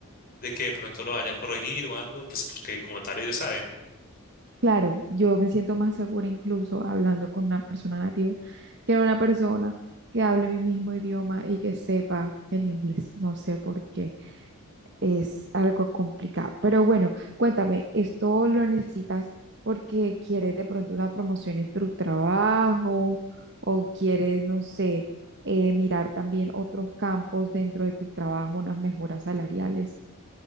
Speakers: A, on the left; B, on the right.
A: de que de pronto lo vaya a corregir o algo, pues porque como tal ellos saben.
B: Claro, yo me siento más segura incluso hablando con una persona nativa que una persona que hable mi mismo idioma y que sepa el inglés. No sé por qué. Es algo complicado. Pero bueno, cuéntame, ¿esto lo necesitas porque quieres de pronto una promoción en tu trabajo o quieres, no sé, eh, mirar también otros campos dentro de tu trabajo, unas mejoras salariales?